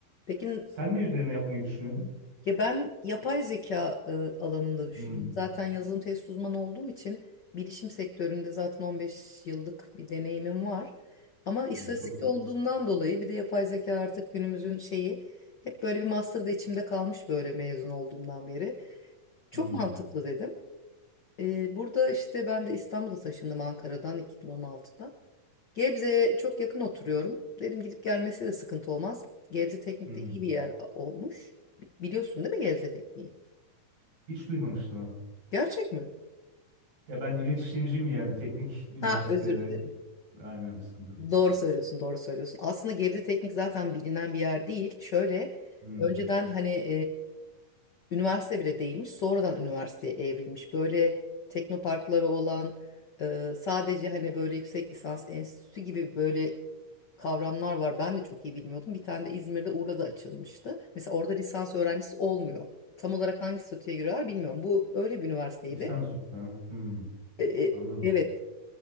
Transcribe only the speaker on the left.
peki
ya ben yapay zeka e, alanında düşünüyorum.
Zaten yazılım test uzmanı olduğum için bilişim sektöründe zaten 15 yıllık bir deneyimim var. Ama istatistikçi
olduğumdan dolayı bir de yapay zeka artık günümüzün şeyi hep böyle bir master da içimde kalmış böyle mezun olduğumdan beri. Çok
mantıklı dedim. E, burada işte ben de İstanbul'a taşındım Ankara'dan 2016'da. Gebze'ye çok yakın oturuyorum. Dedim gidip gelmesi de sıkıntı olmaz. Gebze Teknik
de iyi bir yer olmuş. Bi- Biliyorsun değil mi Gebze Teknik'i?
Gerçek mi?
Ha özür dilerim.
Doğru
söylüyorsun, doğru söylüyorsun. Aslında Gebze Teknik zaten bilinen bir yer değil. Şöyle
önceden hani Üniversite bile değilmiş, sonradan üniversiteye evrilmiş. Böyle teknoparkları olan, e, sadece hani böyle yüksek lisans enstitüsü gibi böyle kavramlar var. Ben de çok iyi bilmiyordum. Bir tane de İzmir'de Urla'da açılmıştı. Mesela orada lisans öğrencisi olmuyor. Tam olarak hangi statüye giriyorlar bilmiyorum. Bu öyle bir üniversiteydi.
E, e,
evet,